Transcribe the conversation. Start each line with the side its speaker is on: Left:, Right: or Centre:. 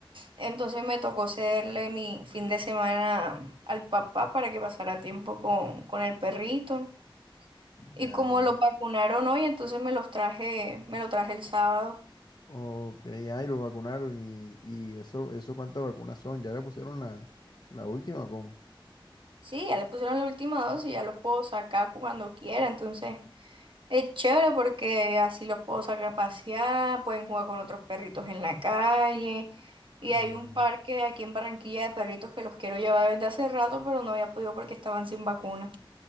Right: Entonces me tocó cederle mi fin de semana al papá para que pasara tiempo con, con el perrito. Y
Left: ya,
Right: como
Left: ya.
Right: lo vacunaron hoy, entonces me los traje, me lo traje el sábado.
Left: Ok, ahí lo vacunaron y, y eso, eso cuántas vacunas son. ¿Ya le pusieron la, la última o cómo?
Right: Sí, ya le pusieron la última dosis, ya los puedo sacar cuando quiera, entonces Es chévere porque así los puedo sacar a pasear, pueden jugar con otros perritos en la calle. Y
Left: Mm,
Right: hay un parque aquí en Barranquilla de perritos que los quiero llevar desde hace rato, pero no había podido porque estaban sin vacuna.